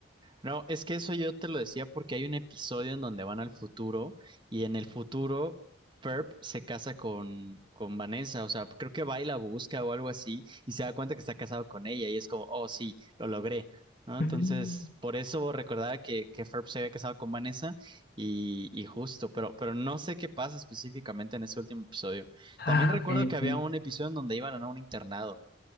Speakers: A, on the right; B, on the left.
A: No, es que eso yo te lo decía porque hay un episodio en donde van al futuro y en el futuro Ferb se casa con, con Vanessa, o sea, creo que va y la busca o algo así y se da cuenta que está casado con ella y es como, oh sí, lo logré, ¿no? Entonces,
B: Mm.
A: por eso recordaba que, que Ferb se había casado con Vanessa y, y justo, pero, pero no sé qué pasa específicamente en ese último episodio.
B: Ah,
A: También recuerdo
B: ok,
A: que había
B: ok.
A: un episodio en donde iban a un internado.